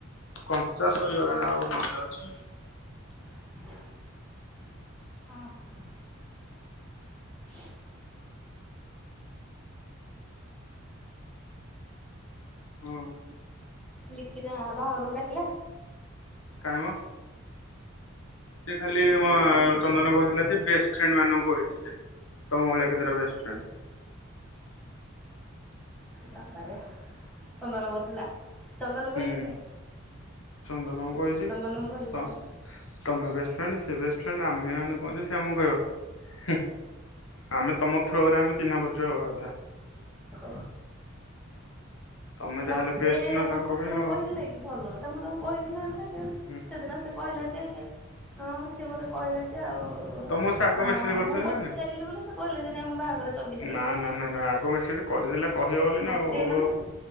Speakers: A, on the left (about 70°); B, in the centre.
A: କଞ୍ଚା ସରିଗଲାନି ଆଉ କଞ୍ଚା ଅଛି।
B: ହମ୍ <inaudible>
A: ହଁ
B: ଲିକିନା ବାହାଘରକୁ ଡାକିଲା
A: କାଇଁ ମ ସେ ଖାଲି ମ
B: ଡାକିନି
A: ଚନ୍ଦନ କହିଥିଲା ଯେ ବେଷ୍ଟ ଫ୍ରେଣ୍ଡ ମାନଙ୍କୁ କହିଛି ସେ ତମ ଭଳିଆ କେତେଟା ବେଷ୍ଟ ଫ୍ରେଣ୍ଡ୍
B: ବା ବା ରେ ଚନ୍ଦନ କହୁଥିଲା ଚନ୍ଦନକୁ
A: ହୁଁ
B: କହିଛି କି ନାଇଁ
A: ଚନ୍ଦନ କଛି
B: ଚନ୍ଦନକୁ କହିଛି
A: ତ
B: ତାହେଲେ
A: ତମ ବ ଫ୍ରେଣ୍ଡ ସେ ଆମେ ମାନେ କୁହନ୍ତିୁ ସେ ଆମକୁ କହିବ ଆମେ ତମ ଥ୍ରୋରେ ଆମେ ଚିହ୍ନା ପରିଚ ହବା କଥା
B: ଖ
A: ତମେ ଯାହାହେଲେ
B: ମତେ
A: ବେଷ୍ଟ ନା ତାଙ୍କ
B: ମତେ
A: ପାଇଁ
B: ସେ କଣ
A: ଆଉ।
B: କହିଥିଲେ କି ଭଲ କଥା ମୁଁ ତାଙ୍କୁ କହି ଥିଲେ ହେଇଥାନ୍ତା ସିଏ ସେ
A: ହୁଁ
B: ସେଦିନ ସେ କହିଲା। ଯେ ହଁ ସେ ମତେ କହିଲା ଯେ ଆଉ
A: ତ ମୁଁ ସେ ଆଗ
B: ଆ
A: ମେସେଜ କରିଥିଲା
B: ମୁଁ ପଚାରିଲି
A: ନା
B: ବୋଲି ସେ କହିଲେ ଯେ ନାଇଁ ମୋ ବାହାଘର ଚବିଶରେ
A: ନାଇଁ
B: ଅଛି।
A: ନା ନା ନା ଆଗ ମେସେଜ କରିଥିଲା କହିବ ବୋଲି
B: ମତେ
A: ନା ଆଉ।
B: ମାନେ